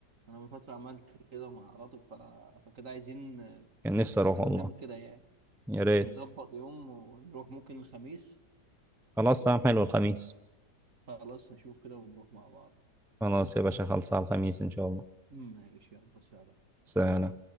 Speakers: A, on the right; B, in the centre.
A: أنا من فترة عملت كده مع لطف فأنا- فكده عايزين
B: كان نفسي اروح
A: عايزين
B: والله
A: نعمل كده يعني
B: يا ريت
A: نظبط يوم ونروح ممكن الخميس
B: خلاص تمام حلو الخميس
A: خلاص نشوف كده ونروح مع بعض
B: خلاص يا باشا خلصها الخميس ان شاء الله
A: ماشي يلا سلام
B: سلام